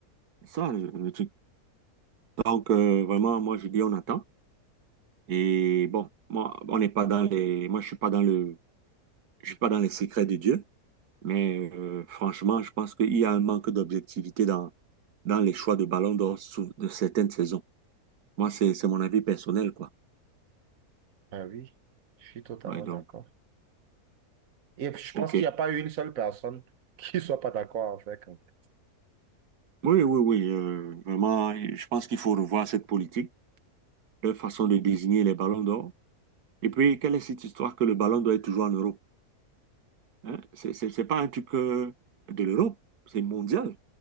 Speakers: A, on the right; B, on the right.
A: C'est ça le, le truc. Donc, euh, vraiment, moi, je dis, on attend. Et bon, moi, on n'est pas dans les. Moi, je suis pas dans le. Je suis pas dans les secrets de Dieu. Mais euh, franchement, je pense qu'il y a un manque d'objectivité dans, dans les choix de ballon d'or sous- de certaines saisons. Moi, c'est, c'est mon avis personnel, quoi.
B: Ah oui, je suis totalement
A: Ouais, donc,
B: d'accord. Et je
A: OK.
B: pense qu'il n'y a pas une seule personne <laughs> qui ne soit pas d'accord avec. en fait.
A: Oui, oui, oui. euh, vraiment, je pense qu'il faut revoir cette politique, leur façon de désigner les ballons d'or. Et puis, quelle est cette histoire que le ballon d'or est toujours en Europe? Hein, C'est c'est- c'est pas un truc euh, de l'Europe, c'est mondial.